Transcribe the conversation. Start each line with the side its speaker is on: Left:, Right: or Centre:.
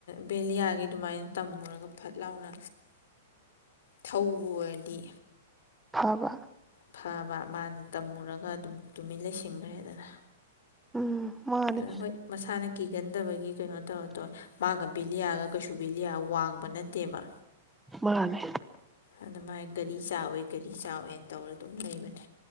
Left: ꯕꯦꯂꯤꯌꯥꯒꯤ ꯑꯗꯨꯃꯥꯏꯅ ꯇꯝꯃꯨꯔꯒ ꯐꯠ ꯂꯥꯎꯅ ꯊꯧꯕ ꯑꯣꯏꯔꯗꯤ
Centre: ꯐꯕ
Left: ꯐꯕ ꯃꯥꯅ ꯇꯝꯃꯨꯔꯒ ꯑꯗꯨꯝ ꯇꯨꯃꯤꯟ ꯂꯩꯁꯤꯟꯈ꯭ꯔꯦꯗꯅ
Centre: ꯎꯝ ꯃꯥꯅꯦ
Left: ꯑꯗꯨꯅ ꯍꯣꯏ ꯃꯁꯥꯅ ꯀꯤꯒꯟꯗꯕꯒꯤ ꯀꯩꯅꯣ ꯇꯧꯔ ꯇꯧ ꯃꯥꯒ ꯕꯦꯂꯤꯌꯥꯒ ꯀꯩꯁꯨ ꯕꯦꯂꯤꯌꯥ ꯋꯥꯡꯕ ꯅꯠꯇꯦꯕ
Centre: ꯃꯥꯅꯦ
Left: ꯑꯗꯨꯃꯥꯏ ꯒꯥꯔꯤ ꯆꯥꯎꯋꯦ ꯒꯥꯔꯤ ꯆꯥꯎꯋꯦꯅ ꯇꯧꯔꯒ ꯑꯗꯨꯝ ꯂꯩꯕꯅꯦ